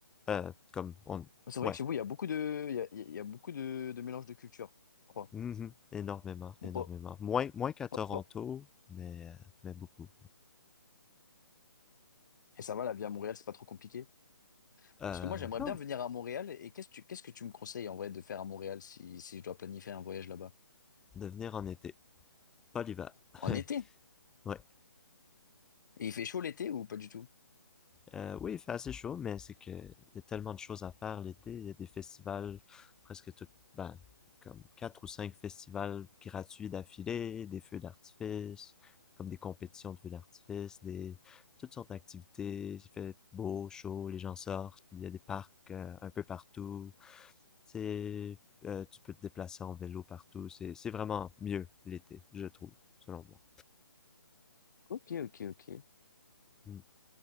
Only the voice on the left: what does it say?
C'est vrai
que chez vous, il y a beaucoup de, il y a, il y a beaucoup de, de mélange de cultures, je crois.
Bon,
pas- pas- pas-
Et ça va, la vie à Montréal, c'est pas trop compliqué.
Parce que moi, j'aimerais
bien venir à Montréal. Et qu'est-ce que tu, qu'est-ce que tu me conseilles en vrai de faire à Montréal si, si je dois planifier un voyage là-bas?
En été?
Et il fait chaud l'été ou pas du tout?
Ok, ok, ok. Et